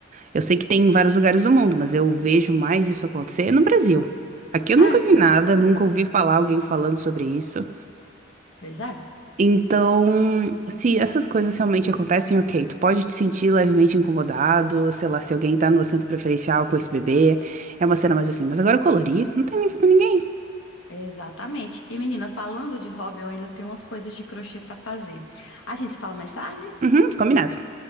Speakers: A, on the right; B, on the left.
A: Eu sei que tem em vários lugares do mundo, mas eu vejo mais isso acontecer no Brasil. Aqui eu nunca
B: Ah,
A: vi nada, nunca ouvi falar alguém falando sobre isso.
B: pois é.
A: Então, se essas coisas realmente acontecem, ok, tu pode te sentir levemente incomodado, sei lá, se alguém tá no assento preferencial com esse bebê, é uma cena mais assim, mas agora colorir, não tem nível com ninguém.
B: Exatamente. E menina, falando de hobby, eu ainda tenho umas coisas de crochê pra fazer. A gente se fala mais tarde?
A: Uhum, combinado.